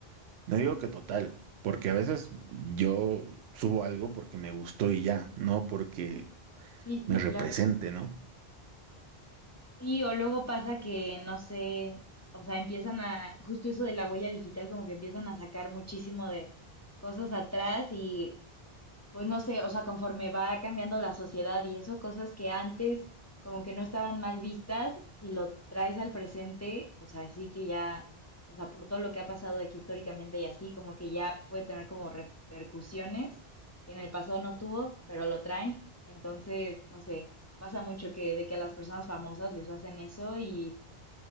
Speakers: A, on the right (about 85°); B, on the left (about 25°).
A: No digo que total, porque a veces yo subo algo porque me gustó y ya, no porque
B: Sí, sí,
A: me represente,
B: claro.
A: ¿no?
B: Sí, o luego pasa que, no sé, o sea, empiezan a, justo eso de la huella digital, como que empiezan a sacar muchísimo de cosas atrás y pues no sé, o sea, conforme va cambiando la sociedad y eso, cosas que antes como que no estaban mal vistas, si lo traes al presente, o sea, sí que ya, o sea, por todo lo que ha pasado de que históricamente y así, como que ya puede tener como repercusiones que en el pasado no tuvo, pero lo traen, entonces, no sé, pasa mucho que de que a las personas famosas les hacen eso y